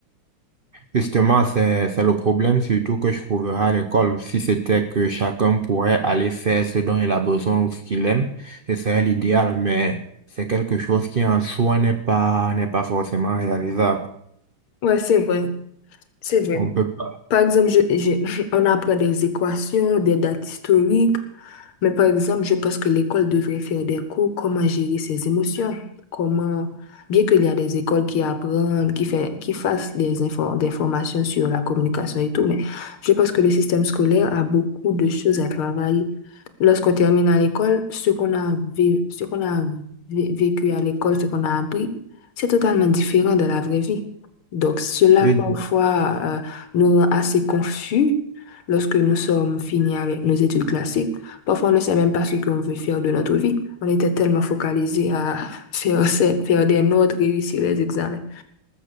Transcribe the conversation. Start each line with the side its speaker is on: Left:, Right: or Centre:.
Right: justement, c'est, c'est le problème surtout que je trouverais à l'école. Si c'était que chacun pourrait aller faire ce dont il a besoin ou ce qu'il aime, ce serait l'idéal, mais c'est quelque chose qui en soi n'est pas, n'est pas forcément réalisable.
Left: Ouais, c'est vrai, c'est vrai.
Right: On peut pas.
Left: Par exemple, je- j'ai- <laughs> on apprend des équations, des dates historiques, mais par exemple, je pense que l'école devrait faire des cours comment gérer ses émotions, comment, bien qu'il y a des écoles qui apprennent, qui fait, qui fassent des infos, des formations sur la communication et tout, mais je pense que le système scolaire a beaucoup de choses à travailler. Lorsqu'on termine à l'école, ce qu'on a vé- ce qu'on a vé- vécu à l'école, ce qu'on a appris, c'est totalement différent de la vraie vie. Donc, cela
Right: Et
Left: parfois euh, nous rend assez confus lorsque nous sommes finis avec nos études classiques. Parfois, on ne sait même pas ce qu'on veut faire de notre vie. On était tellement focalisé à <laughs> faire, ce- faire des notes, réussir les examens.